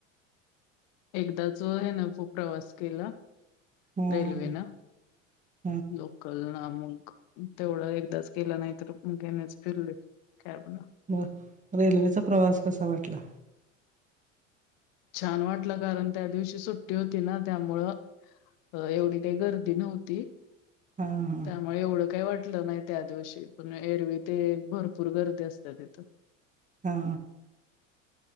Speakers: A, on the left (about 60°); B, on the right (about 20°).
A: एकदाच आहे ना प्रवास केला
B: हा
A: रेल्वेन
B: <unintelligible>
A: लोकल ना मग तेवढा एकदाच गेला नाही तर मग घेणेच फिरले. कर ब ना.
B: ब रेल्वेचा प्रवास कसा वाटला.
A: छान वाटलं कारण त्या दिवशी सुट्टी होती ना त्यामुळ. अ एवढी काही गर्दी नव्हती.
B: हा हा.
A: त्यामुळे एवढं काही वाटलं नाही त्या दिवशी पण एरवी ते भरपूर गर्दी असते तिथं.
B: हा.